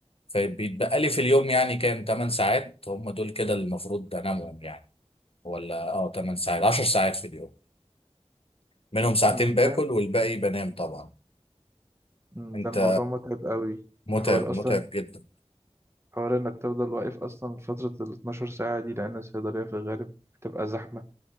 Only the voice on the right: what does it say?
أمم،
ده
أمم،
ده الموضوع متعب قوي
حوار
اصلا
حوار انك تفضل واقف اصلا فترة ال 12 ساعة دي لان الصيدلية في الغالب بتبقى زحمة